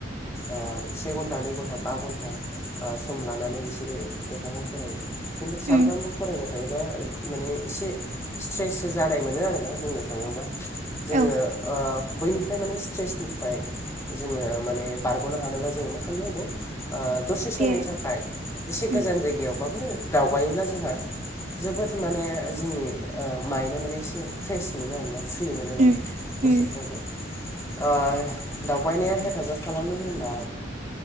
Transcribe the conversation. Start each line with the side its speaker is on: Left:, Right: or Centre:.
Left: ओ से घन्टा नै घन्टा बा घन्टा ओ सम लानानै बिसोरो लेखाखौ फरायो। खिन्थु सानफ्रामबो
Right: उम
Left: फरायबाय थायोबा ओ माने एसे स्ट्रेससो जानाय मोनो आरोना बुंनो थाङोबा। जोङो
Right: औ
Left: ओ बैनि फाय माने स्ट्रेसनिफ्राय जोङो माने बारग'नो हानोबा जोङो मा खालामनांगौ ओ दसे समनि
Right: बे
Left: थाखाय एसे
Right: उम
Left: गोजान जायगायावबाबो दावबायोब्ला जोंहा जोबोद माने जोंनि ओ माइन्दआव माने एसे फ्रेस मोनो आरोना। फ्रि मोनो माने
Right: उम
Left: गोसोफोरखौ।
Right: उम
Left: ओ दावबायनाया हेफाजाब खालामो होनना